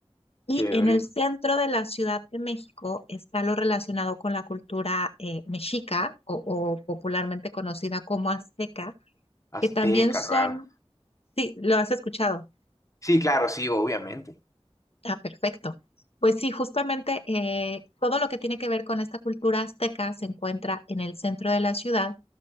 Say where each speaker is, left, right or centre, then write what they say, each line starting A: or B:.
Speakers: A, on the left; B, on the left.
A: Y
B: Chévere.
A: en el centro de la Ciudad de México está lo relacionado con la cultura eh, mexica o, o popularmente conocida como azteca,
B: Azteca,
A: que también son,
B: claro.
A: sí, lo has escuchado.
B: Sí, claro, sí, obviamente.
A: Ah, perfecto. Pues sí, justamente eh, todo lo que tiene que ver con esta cultura azteca se encuentra en el centro de la ciudad